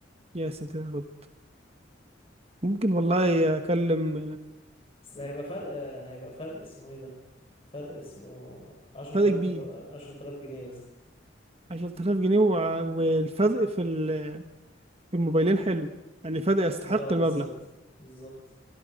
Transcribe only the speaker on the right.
يا ساتر يا رب ممكن والله اكلم
فرق كبير
عشرة آلاف جنيه وع- والفرق في ال- في الموبايلين حلو يعني فرق يستحق
المبلغ